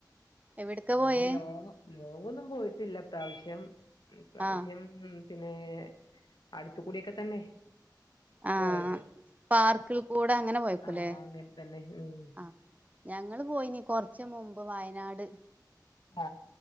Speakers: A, on the right; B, on the left.
A: എവിടക്കാ
B: അങ്ങനെ
A: പോയേ
B: ലോങ് ലോങ്ങൊന്നും പോയിട്ടില്ല പ്രാവശ്യം ഇപ്രാവശ്യം
A: ആഹ്
B: പിന്നെ അടുത്തുകുടിയൊക്കെ തന്നെ
A: ആ
B: പോയത്
A: പാർക്കിൽ കൂടെ അങ്ങനെ പോയക്കൂലേ
B: ആ അങ്ങൻ തന്നെ ഉം
A: ആ ഞങ്ങള് പോയിനി കൊറച്ച് മുമ്പ് വയനാട്
B: ആ